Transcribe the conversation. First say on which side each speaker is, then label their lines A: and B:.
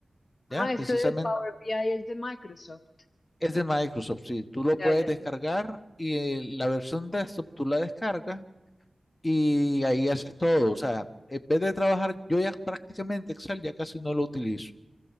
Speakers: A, on the left; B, on the left.
A: Ah,
B: Ya, precisamente
A: esto de Power BI es de Microsoft.
B: Es de Microsoft, sí. Tú lo puedes
A: Ya, ya,
B: descargar
A: ya.
B: y eh, la versión desktop tú la descargas y ahí haces todo. O sea, en vez de trabajar, yo ya prácticamente Excel ya casi no lo utilizo,